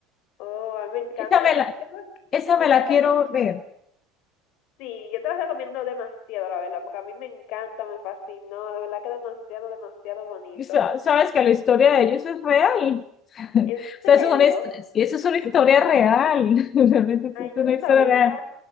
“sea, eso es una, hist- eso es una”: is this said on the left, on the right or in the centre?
Left